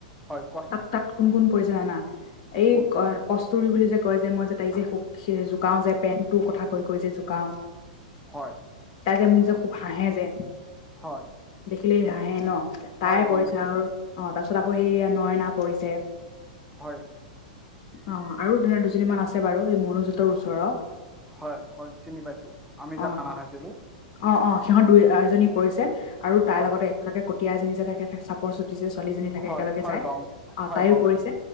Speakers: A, in the centre; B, on the left.
A: হয়, কোৱাচোন
B: তাত তাত কোন কোন পৰিছো জাননা এই
A: কোন
B: ক কস্তুৰিী বুলি যে কয় যে মই যে তাই যে জোকাও যে পেণ্টটোৰ কথা কৈ কৈ যে জোকাও
A: হয়
B: তাই যে মোক যে খুব হাঁহে যে
A: হয়
B: দেখিলে হাঁহে ন তাই
A: হয়,
B: পৰিছে
A: গম পাইছো।
B: আৰু অ তাৰ পিছত আকৌ সেই নয়না পৰিছে
A: হয়
B: অ আৰু তেনে দুজনীমান আছে বাৰু এই মনোজোঁতৰ ওচৰৰত
A: হয় হয় চিনি পাইছো আমি যা
B: অ
A: খানা খাইছিলো
B: অ অ সিহত দুই এজনী পৰিছে আৰু তাৰৰ
A: হয়,
B: লগতে একেলগে তিয়াজজনী যে থাকে চাপৰ চটি যে ছোৱালীজনী
A: হয়,
B: ে য
A: হয়, গম হয়,
B: তাইো
A: গম
B: পৰি
A: পাইছো।